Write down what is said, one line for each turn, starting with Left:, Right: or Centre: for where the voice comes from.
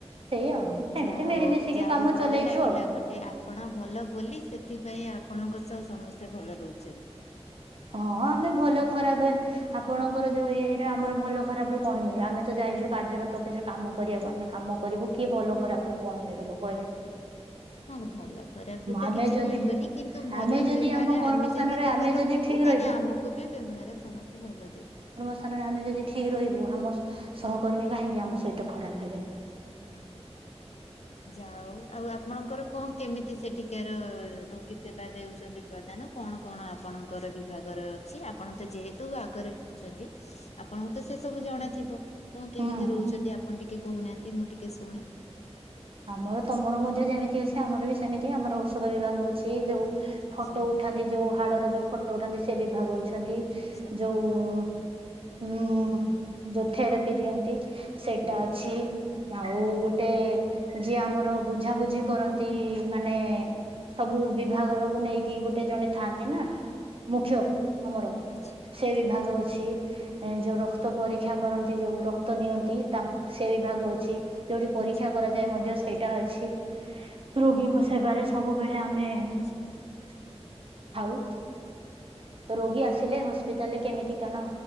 Right: ସେଇ ଆଉ ଏମିତି
Left: ଯାହା
Right: ମିଳିମିଶିକି
Left: ହଉ ଯାହା
Right: କାମ
Left: ହଉ ଭଲ
Right: ଚଲେଇଛୁ
Left: ଲାଗିଲା
Right: ଆଉ।
Left: ଗୋଟେ ଟେ ଆପଣ ଭଲ ବୋଲି ସେଥିପାଇଁ ଆପଣଙ୍କ ସହ ସମସ୍ତେ ଭଲ ରହୁଚନ୍ତି।
Right: ହଁ ଆମେ ଭଲ ଖରାପ ଆପଣଙ୍କର ଯୋଉ ଇଏରେ ଆମର ଭଲ ଖରାପ ରୁ କଣ ମିଳିବ ଆମେ ତ ଯାଇଚୁ କାର୍ଯ୍ୟରତ ସରେ କାମ କରିବାକୁ ଆମେ କାମ କରିବୁ। କିଏ ଭଲ ଖରାପରୁ କଣ ମିଳିବ କହିଲେ?
Left: ହଁ ଭଲ ଖରାପ ରୁ ତ
Right: ଆମେ
Left: କିଛି
Right: ଯଦି
Left: ମିଳିବନି, କିନ୍ତୁ ଭଲ
Right: ଆମେ ଯଦି
Left: ବ୍ୟବହାର
Right: ଆମ କର୍ମସ୍ଥାନରେ
Left: ଆମେ ଯଦି ଦେବା
Right: ଆମେ
Left: ଲୋକଙ୍କୁ
Right: ଯଦି ଠିକ ରହିବୁ
Left: ତାହେଲେ ଆମ କୁ ବି ବ୍ୟବହାର ସମସ୍ତେ ଭଲ ଦେବେ।
Right: ସ୍ଥାନରେ ଆମେ ଯଦି ଠିକ ରହିବୁ ଆମ ସହକର୍ମୀ କାହିଁକି ଆମ ସହିତ ଖରାପ ହେବେ?
Left: ହଁ। ଯାହା ହଉ ଆଉ ଆପଣଙ୍କର କଣ କେମିତି ସେଠିକାର ରୋଗୀ ସେବା ଦେଉଚନ୍ତି? ପ୍ରଧଦାନ କଣ କଣ ଆପଣଙ୍କର ବିଭାଗର ଅଛି? ଆପଣ ତ ଯେହେତୁ ଆଗରେ ଅଛନ୍ତି? ଆପଣଙ୍କୁ ତ ସେ ସବୁ ଜଣାଥିବ। କଣ କେମିତି
Right: ହୁଁ
Left: ରହୁଚନ୍ତି ଆପଣ ଟିକେ କହୁନାହାନ୍ତି ମୁଁ ଟିକେ ଶୁଣେ।
Right: ଆମର ତମର ମଧ୍ୟ ଯେମିତି ଅଛି ଆମର ବି ସେମିତି ଆମର ଔଷଧ ବିଭାଗ ଅଛି ଯୋଉ
Left: ଆଚ୍ଛା
Right: ଫଟୋ ଉଠ ଆନ୍ତି ଯୋଉ ହାଡର ଯୋଉ ଫଟୋ ଉଠାନ୍ତି ସେ ବିଭାଗ ଅଛନ୍ତି
Left: ଆଚ୍ଛା
Right: ଯୋଉ ହୁଁ ଯଉ ଥେରାପି ଦିଅନ୍ତି। ସେଇଟା ଅଛି ଆଉ ଗୋଟେ ଯିଏ ଆମର ବୁଝାବୁଝି କରନ୍ତି ମାନେ ସବୁ ବିଭାଗରକୁ ନେଇକି ଗୋଟେ ଜଣେ ଥାଆନ୍ତି ନା ମୁଖ୍ୟ ଆମର।
Left: ଆଚ୍ଛା।
Right: ସେ ବିଭାଗ ଅଛି। ଏ ଯୋଉ ରକ୍ତ ପରୀକ୍ଷା କରନ୍ତି ଯୋଉ ରକ୍ତ ନିଅନ୍ତି ତାଙ୍କ ସେ ବିଭାଗ ଅଛି। ଯୋଉଠି ପରୀକ୍ଷା
Left: ଆଚ୍ଛା
Right: କରାଯାଏ ମଧ୍ୟ ସେଇଟା ଅଛି। ରୋଗୀଙ୍କ ସେବାରେ ସବୁବେଳେ ଆମେ
Left: ଆଚ୍ଛା
Right: ଥାଉ। ତ ରୋଗୀ ଆସିଲେ ହସ୍ପିଟାଲରେ କେମିତି କଣ